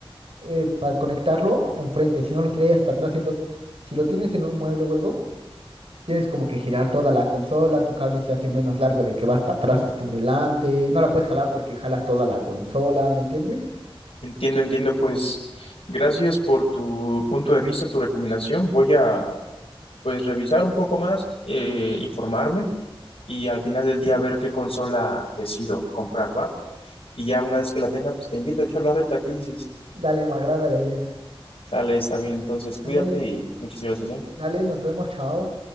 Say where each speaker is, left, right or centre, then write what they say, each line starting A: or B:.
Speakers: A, on the right; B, on the left.
A: eh, para conectarlo enfrente, sino los trae hasta atrás. Entonces, si lo tienes en un mueble o algo, tienes como que girar toda la consola, tu cable se hace menos largo de que va hasta atrás, hasta adelante. No la puedes jalar porque jalas toda la consola, ¿me entiendes?
B: Entiendo, entiendo. Pues gracias por tu punto de vista, tu recomendación. Voy a pues revisar un poco más, eh, informarme y al final del día ver qué consola decido comprar, ¿va? Y ya una vez que la tenga, pues te invito a echar la reta. ¿Qué dices?
A: Dale, me agrada la idea.
B: Sale, está bien. Entonces cuídate
A: Dale,
B: y muchas gracias, ¿eh?
A: dale, nos vemos, chao.